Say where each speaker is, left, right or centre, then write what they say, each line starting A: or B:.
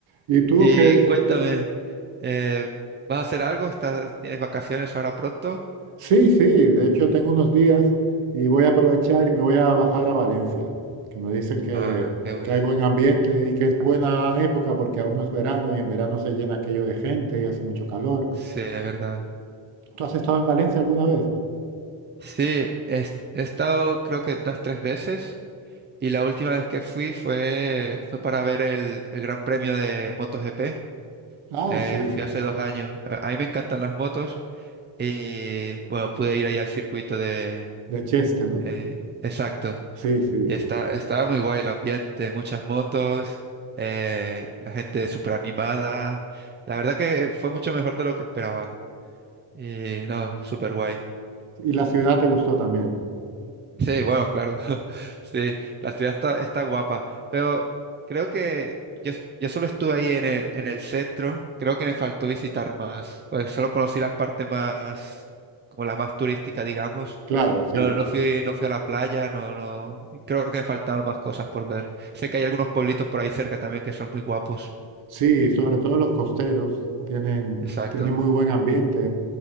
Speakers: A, on the right (about 85°); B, on the right (about 25°).
A: ¿Y tú
B: Y
A: qué?
B: cuéntame, eh, ¿vas a hacer algo? ¿Estás, tienes vacaciones ahora pronto?
A: Sí, sí, de hecho tengo unos días y voy a aprovechar y me voy a bajar a Valencia, que me dicen que,
B: Ah, qué bien.
A: que hay buen ambiente y que es buena época porque aún no es verano y en verano se llena aquello de gente y hace mucho calor.
B: Sí, es verdad.
A: ¿Tú has estado en Valencia alguna vez?
B: Sí, he, he estado creo que unas tres veces Y la última vez que fui fue, fue para ver el, el Gran Premio de MotoGP.
A: Ah,
B: Eh,
A: sí,
B: fui hace dos años. A a mí me encantan las motos y bueno, pude ir ahí al circuito de...
A: de Cheste, ¿no?
B: eh, exacto.
A: Sí, sí.
B: Y
A: sí.
B: está, estaba muy guay el ambiente, muchas motos, eh, la gente súper animada. La verdad que fue mucho mejor de lo que esperaba. Y no, súper guay.
A: Y la ciudad te gustó también.
B: Sí, bueno, claro. <laughs> Sí, la ciudad está, está guapa. Pero creo que yo, s- yo solo estuve ahí en el, en el centro. Creo que me faltó visitar más. Pues solo conocí las partes más, como las más turísticas, digamos.
A: Claro, sí.
B: No, no fui, no fui a la playa, no, no. Creo que me faltaron más cosas por ver. Sé que hay algunos pueblitos por ahí cerca también que son muy guapos.
A: Sí, sobre todo los costeros tienen,
B: Exacto.
A: tienen muy buen ambiente